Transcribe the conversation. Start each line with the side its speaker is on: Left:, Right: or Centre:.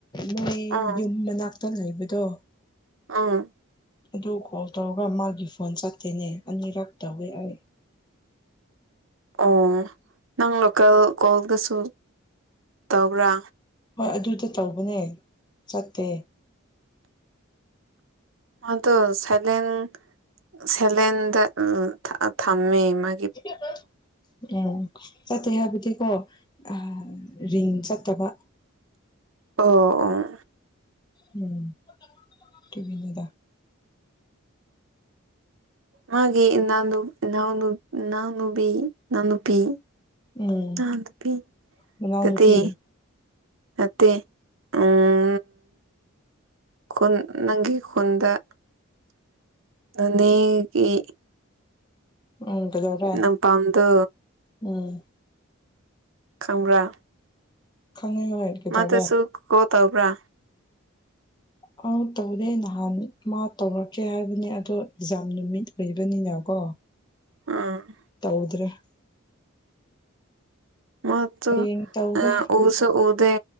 Left: ꯅꯣꯏ
Right: ꯑꯥ
Left: ꯌꯨꯝ ꯃꯅꯥꯛꯇ ꯂꯩꯕꯥꯗꯣ
Right: ꯑꯧ
Left: ꯑꯗꯨ ꯀꯣꯜ ꯇꯧꯔꯒ ꯃꯥꯒꯤ ꯐꯣꯟ ꯆꯠꯇꯦꯅꯦ ꯑꯅꯤꯔꯛ ꯇꯧꯋꯦ ꯑꯩ
Right: ꯑꯣ ꯅꯪ ꯂꯣꯀꯦꯜ ꯀꯣꯜꯗꯁꯨ ꯇꯧꯕ꯭ꯔꯥ
Left: ꯍꯣꯏ ꯑꯗꯨꯗ ꯇꯧꯕꯅꯦ ꯆꯠꯇꯦ
Right: ꯃꯥꯗꯣ ꯁꯥꯏꯂꯦꯟ ꯁꯥꯏꯂꯦꯟꯗ ꯎꯝ ꯊꯝꯃꯦ ꯃꯥ
Left: ꯁꯤ <unintelligible> ꯎꯝ ꯆꯠꯇꯦ ꯍꯥꯏꯕꯗꯤꯀꯣ ꯑ ꯔꯤꯡ ꯆꯠꯇꯥꯕ
Right: ꯑꯣ ꯑꯣ <unintelligible>
Left: ꯎꯝ ꯑꯗꯨꯒꯤꯅꯦꯗ
Right: ꯃꯥꯒꯤ ꯏꯅꯥꯎ ꯅꯨ ꯏꯅꯥꯎꯅꯨ ꯏꯅꯥꯎꯅꯨꯕꯤ ꯏꯅꯥꯎ ꯅꯨꯄꯤ
Left: ꯎꯝ
Right: ꯑ ꯑꯗꯨ
Left: ꯃꯅꯥꯎꯅꯨꯄꯤ
Right: ꯑꯗꯨꯗꯤ ꯅꯠꯇ ꯎꯝ ꯈꯨꯟ ꯅꯪꯒꯤ ꯈꯨꯟꯗ ꯅꯣꯅꯦꯒꯤ
Left: ꯎꯝ ꯀꯩꯗꯧꯔꯦ
Right: ꯅꯝꯄꯥꯝꯗꯣ
Left: ꯎꯝ
Right: ꯈꯪꯕ꯭ꯔꯥ
Left: ꯈꯪꯉꯤ ꯍꯣꯏ ꯀꯩꯗꯧꯔꯦ
Right: ꯃꯥꯗꯨꯁꯨ ꯀꯣꯜ ꯇꯧꯕ꯭ꯔꯥ
Left: ꯀꯣꯜ ꯇꯧꯗꯦ ꯅꯍꯥꯟ ꯃꯥ ꯇꯧꯔꯛꯀꯦ ꯍꯥꯏꯕꯅꯦ ꯑꯗꯣ ꯑꯦꯛꯖꯥꯝ ꯅꯨꯃꯤꯠ ꯑꯣꯏꯕꯅꯤꯅ ꯀꯣ
Right: ꯑꯥ <unintelligible>
Left: ꯇꯧꯗꯔꯦ
Right: ꯃꯥꯗꯣ
Left: ꯍꯌꯦꯡ ꯇꯧꯒꯦ
Right: ꯑ ꯎꯁꯨ ꯎꯗꯦ